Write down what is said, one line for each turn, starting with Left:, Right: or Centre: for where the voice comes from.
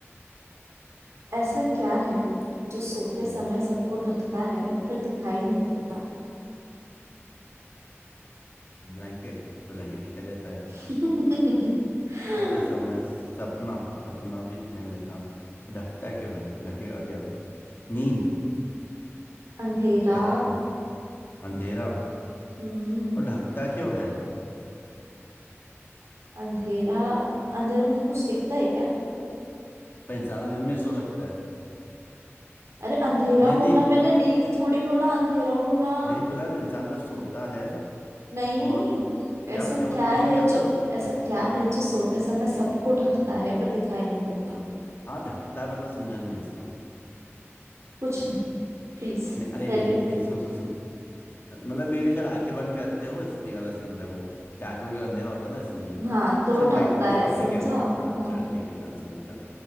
Right: ऐसा क्या है जो सोते समय
Left: हम्म
Right: सबको ढकता है पर दिखाई नहीं देता
Left: ब्लैंकेट तो ब्लैंकेट दिखाई देता है
Right: <laughs>
Left: सोते समय सपना सपना भी दिखाई नहीं देता ढकता क्यों है ढकेगा क्या नींद
Right: अंधेरा
Left: थकान अंधेरा
Right: हम्म
Left: और ढकता क्यों है
Right: अंधेरा अंधेरे में कुछ दिखता है क्या
Left: पर इंसान तो दिन में सो सकता है
Right: अरे अंधेरा
Left: नियति
Right: बोला मैंने नींद थोड़ी बोला अंधेरा बोला
Left: नहीं तो ना इंसान जब सोता है
Right: नहीं
Left: और क्या
Right: ऐसा
Left: क्या
Right: क्या
Left: बोला क्वेश्चन
Right: है
Left: क्या था
Right: जो ऐसा क्या है जो सोते समय सबको ढकता है पर दिखाई नहीं देता
Left: हाँ ढकता मतलब समझा नहीं मैं इसमें
Right: कुछ नहीं प्लीज
Left: नहीं अरे
Right: Let
Left: मेन
Right: it be
Left: एक सुन सुन सुन मतलब मे भी शायद आंखें बंद करते हो इसलिए वाला सीन था वो कि आंखें बंद कर अंधेरा होता है ना इसलिए
Right: हाँ तो वो
Left: चल
Right: ढकता
Left: मैं एक पूछता
Right: है समझा
Left: हूँ ठीक है हाँ
Right: हाँ
Left: चल ठीक है डन समझ गया